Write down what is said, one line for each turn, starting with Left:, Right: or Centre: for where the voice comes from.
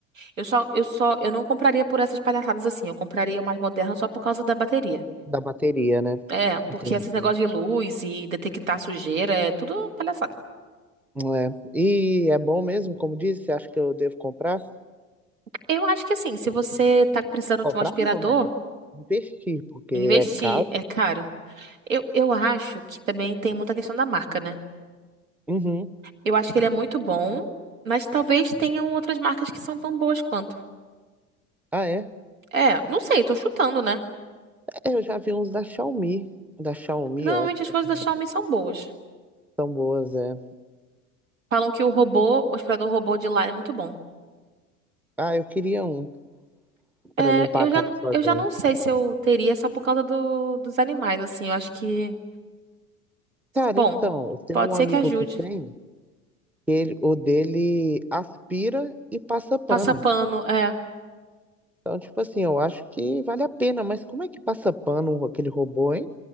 Right: Eu só, eu só, eu não compraria por essas palhaçadas assim. Eu compraria mais moderna só por causa da bateria.
Centre: da bateria, né?
Right: É,
Centre: Entendi.
Right: porque esses negócios de luz e detectar sujeira é tudo palhaçada.
Centre: É. E é bom mesmo, como disse, você acha que eu devo comprar?
Right: Eu acho que assim, se você tá precisando
Centre: Comprar
Right: de um aspirador,
Centre: não, né? Investir, porque
Right: investir
Centre: é caro.
Right: é caro. Eu, eu acho que também tem muita questão da marca, né?
Centre: Uhum.
Right: Eu acho que ele é muito bom, mas talvez tenham outras marcas que são tão boas quanto.
Centre: Ah, é?
Right: É, não sei, tô chutando, né?
Centre: É, Eu já vi uns da Xiaomi. Da Xiaomi,
Right: Normalmente
Centre: ó. acho
Right: as coisas
Centre: que
Right: da Xiaomi são boas.
Centre: elas é.
Right: Falam que o robô, o aspirador robô de lá é muito bom.
Centre: Ah, eu queria um pra
Right: É,
Centre: limpar
Right: eu
Centre: a casa
Right: já,
Centre: sozinho.
Right: eu já não sei se eu teria só por causa do, dos animais, assim. Eu acho que.
Centre: Cara,
Right: Bom,
Centre: então, eu tenho
Right: pode
Centre: um
Right: ser
Centre: amigo
Right: que ajude.
Centre: que tem, que ele, o dele aspira e passa pano.
Right: Passa pano, é.
Centre: Então, tipo assim, eu acho que vale a pena, mas como é que passa pano aquele robô, hein?